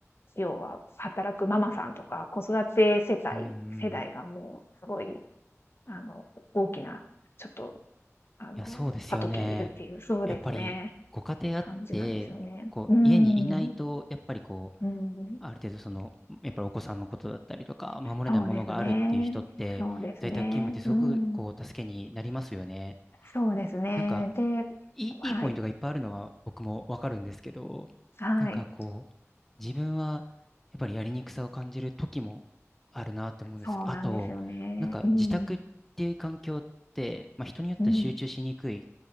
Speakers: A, on the left (about 50°); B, in the centre.
A: 要は働くママさんとか、子育て世帯世代がもうすごい、
B: うんうん。
A: あの、大きな、ちょっと、あの、
B: いや、そうですよね。
A: 過渡期にいるっていう、そうですね、
B: やっぱり、ご家庭あって、
A: 感じなんですよね。
B: こう、
A: うーん。
B: 家にいないと、
A: う
B: やっぱりこ
A: ーん。
B: ある程度その、やっぱりお子さんのことだったりとか、守れないものがあるっていう人って、
A: そうですね。そうですね。
B: 在宅勤務ってすごくこう、
A: うーん。
B: 助けになりますよね。
A: そうですね。
B: なんか、
A: で
B: いい、
A: はい。
B: いいポイントがいっぱいあるのは僕もわかるんですけど、
A: はい。
B: なんかこう、自分はやっぱりやりにくさを感じる時もあるなって思うんです。
A: そうなんですよね。
B: あと、なんか自宅っていう環境って、
A: うん。
B: まあ人によっては集中しにくい
A: うん。